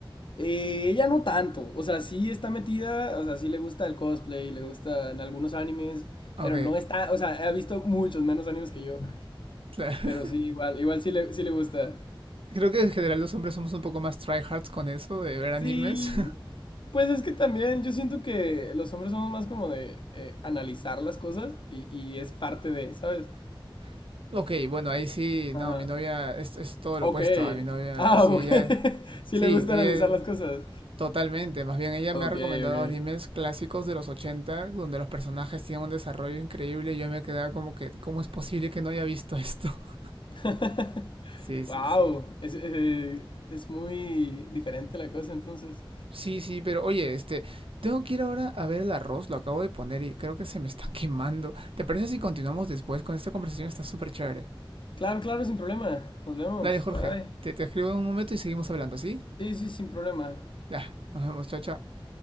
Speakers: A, on the left (about 65°); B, on the right (about 80°).
A: Eh, ella no tanto, o sea, sí está metida, o sea, sí le gusta el cosplay, le gustan algunos animes, pero
B: Ok,
A: no está, o sea, ha visto muchos menos animes que yo,
B: claro.
A: pero sí, igual, igual sí le, sí le gusta.
B: <laughs> Creo que en general los hombres somos un poco más tryhards con eso de ver animes.
A: Sí, Pues es que también yo siento que los hombres somos más como de eh, analizar las cosas y, y es parte de, ¿sabes?
B: <laughs> ok, bueno, ahí sí,
A: Ajá.
B: no, mi novia es, es todo
A: Ok.
B: lo opuesto a mi novia.
A: Ah,
B: Sí,
A: ok.
B: ella,
A: <laughs> Sí
B: sí,
A: le gusta
B: ella
A: analizar las cosas.
B: Totalmente, más bien ella
A: Ok,
B: me ha recomendado
A: ok.
B: animes clásicos de los 80 donde los personajes tienen un desarrollo increíble y yo me quedaba como que, ¿cómo es posible que no haya visto esto? <laughs>
A: <laughs>
B: Sí, sí,
A: Wow.
B: sí.
A: Es, eh, es muy diferente la cosa entonces.
B: Sí, sí, pero oye, este, tengo que ir ahora a ver el arroz, lo acabo de poner y creo que se me está <laughs> quemando. ¿Te parece si continuamos después con esta conversación? Está súper chévere.
A: Claro, claro, sin problema. Nos vemos.
B: Dale, Jorge,
A: Bye.
B: te, te escribo en un momento y seguimos hablando, ¿sí?
A: Sí, sí, sin problema.
B: Ya, nos vemos, chao, chao.